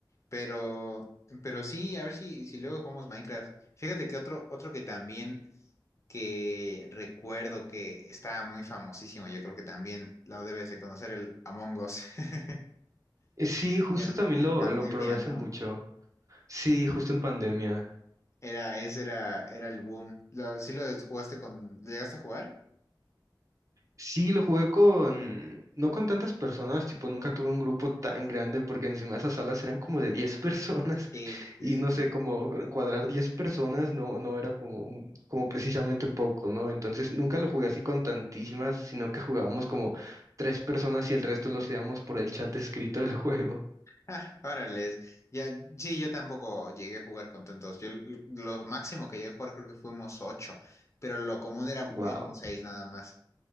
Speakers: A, on the left; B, on the right.
A: Pero, pero sí, a ver si, si luego jugamos Minecraft. Fíjate que otro, otro que también que recuerdo que estaba muy famosísimo, yo creo que también lo debes de conocer, el Among Us. <laughs>
B: Eh, sí, justo
A: En,
B: también
A: en
B: lo,
A: pandemia,
B: lo probé hace
A: ¿no?
B: mucho. Sí, justo en pandemia.
A: Era, ese era, era el boom. Lo, ¿sí lo jugaste con, lo llegaste a jugar?
B: Sí, lo jugué con, no con tantas personas, tipo, nunca tuve un grupo tan grande porque encima esas salas eran como de diez personas
A: Sí,
B: <laughs>
A: sí,
B: y
A: sí,
B: no
A: sí.
B: sé, como cuadrar 10 personas no, no era como, mu- como precisamente poco, ¿no? Entonces nunca lo jugué así con tantísimas, sino que jugábamos como tres personas y el resto lo hacíamos por el chat escrito del <laughs> juego.
A: Ah, órales. Ya, sí, yo tampoco llegué a jugar con tantos. Yo l- lo máximo que llegué a jugar creo que fuimos ocho, pero lo común era,
B: Wow,
A: eran seis nada más.